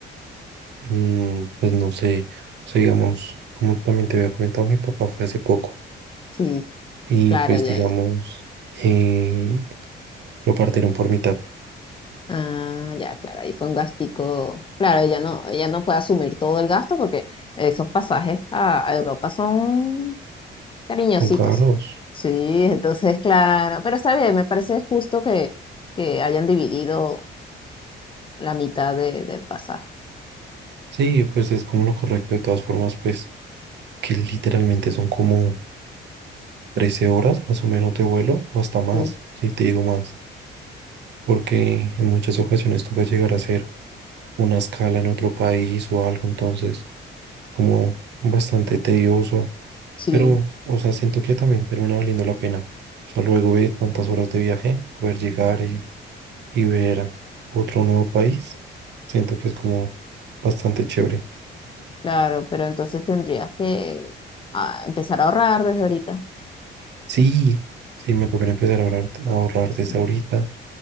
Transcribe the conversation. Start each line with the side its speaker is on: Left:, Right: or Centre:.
Right: mm, pues no sé, o sea, digamos, como también te había comentado, mi papá fue hace poco
Left: Sí,
Right: y
Left: claro,
Right: pues digamos,
Left: ya
Right: eh, lo partieron por mitad.
Left: Ah, ya, claro, ahí fue un gastico. Claro, ella no, ella no puede asumir todo el gasto porque esos pasajes a, a Europa son cariñositos.
Right: Son caros.
Left: Sí, entonces, claro, pero está bien, me parece justo que, que hayan dividido la mitad de- del pasaje.
Right: Sí, pues es como lo correcto. De todas formas, pues que literalmente son como 13 horas más o menos de vuelo o hasta más,
Left: Sí,
Right: si te digo más. Porque en muchas ocasiones toca llegar a hacer una escala en otro país o algo, entonces como bastante tedioso.
Left: sí,
Right: Pero, o sea, siento que también termina valiendo la pena. O sea, luego de tantas horas de viaje, poder llegar y, y ver otro nuevo país, siento que es como bastante chévere.
Left: claro, pero entonces tendrías que ah, empezar a ahorrar desde ahorita.
Right: Sí, sí, me tocaría empezar a ahorrar, a ahorrar
Left: Sí.
Right: desde ahorita.